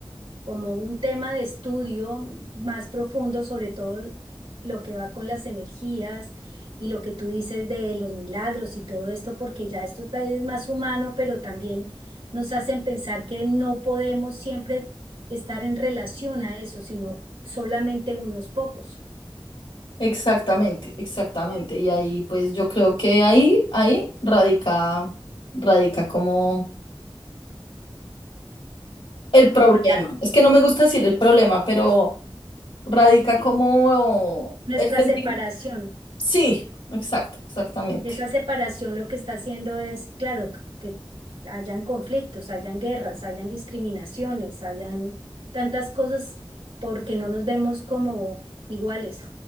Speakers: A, on the right; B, on the left.
A: como un tema de estudio más profundo, sobre todo lo que va con las energías y lo que tú dices de los milagros y todo esto, porque ya esto tal vez es más humano, pero también nos hacen pensar que no podemos siempre estar en relación a eso, sino solamente unos pocos,
B: Exactamente, exactamente. Y ahí, pues yo creo que ahí, ahí radica, radica como el problema.
A: como las,
B: Es que no me gusta decir
A: sí,
B: el problema, pero radica
A: sí,
B: como
A: nuestra
B: el sentir.
A: separación.
B: Sí, exacto, exactamente.
A: Y esa separación lo que está haciendo es, claro, que hayan conflictos, hayan guerras, hayan discriminaciones, hayan tantas cosas porque no nos vemos como iguales.